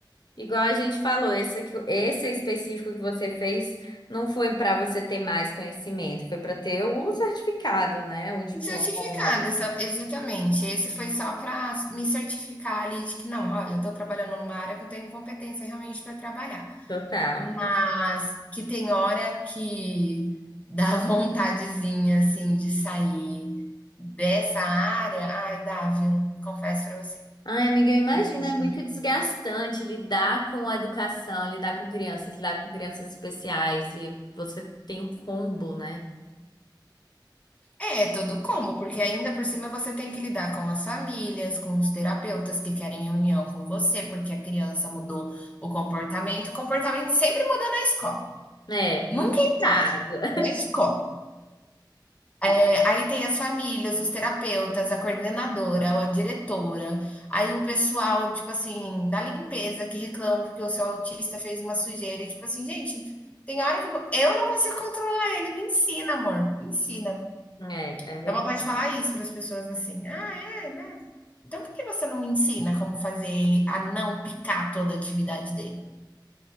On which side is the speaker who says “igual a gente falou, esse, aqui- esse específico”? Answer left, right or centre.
Left